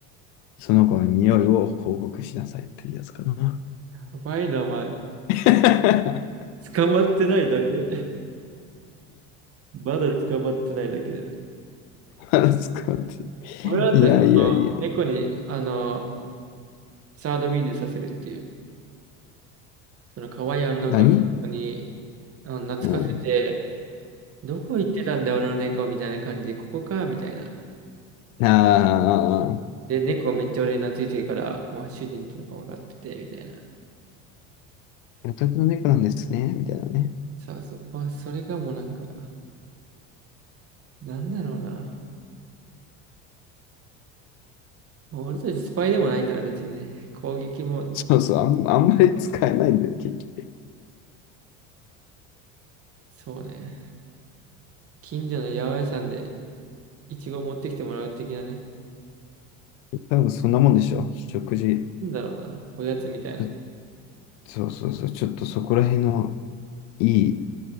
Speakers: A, on the left; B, on the right.
A: その子の匂いを報告しなさいっていうやつかな。
B: やばい名前。
A: <laughs>
B: 捕まってないだけ。<laughs> まだ捕まってないだけだよ。
A: 話すかって。
B: 俺だったらその、
A: いやいやいや。
B: 猫に、あの、サードウィーズさせるっていう、その可愛い女の子に、
A: 何
B: あの、懐かせて、
A: うん。
B: どこ行ってたんだよ、俺の猫みたいな感じで、ここか、みたいな。
A: ああ。
B: で、猫めっちゃ俺に懐いてるから、もう主人っていうのが分かってて、みたいな。
A: お宅の猫なんですね、みたいなね。
B: そうそう。まあ、それがもうなんか、なんだろうな。もう俺たちスパイでもないから別にね、攻撃も、
A: そうそう、あん、あんまり使えないんだよ、結局。
B: そうね。近所の八百屋さんでイチゴ持ってきてもらう的なね。
A: 多分そんなもんでしょ、食事。
B: なんだろうな。おやつみたいな。
A: ちょ、そうそうそう、ちょっとそこら辺のいい